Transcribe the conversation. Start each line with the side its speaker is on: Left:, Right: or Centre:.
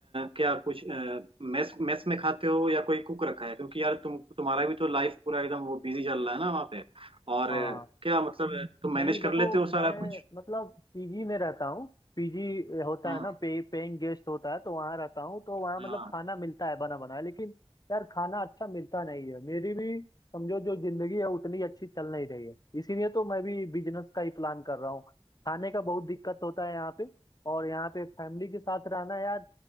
Right: क्या कुछ मेस मेस में खाते हो या कोई कुक रखा है क्योंकि यार तुम तुम्हारा भी तो लाइफ पूरा एकदम वो बिजी चल रहा है ना वहाँ पे और
Left: हाँ
Right: अ, क्या मतलब अ, तुम मैनेज
Left: नहीं देखो
Right: कर लेते हो सारा
Left: मैं
Right: कुछ
Left: मतलब पीजी में रहता हूँ पीजी होता
Right: हम्म
Left: है ना पे पेइंग गेस्ट होता है तो वहाँ रहता हूँ तो वहाँ
Right: हाँ
Left: मतलब खाना मिलता है बना बनाया लेकिन यार खाना अच्छा मिलता नहीं है मेरी भी समझो जो जिंदगी है उतनी अच्छी चल नहीं रही है इसीलिए तो मैं भी बिजनेस का ही प्लान कर रहा हूँ खाने का बहुत दिक्कत होता है यहाँ पे और यहाँ पे फैमिली के साथ रहना यार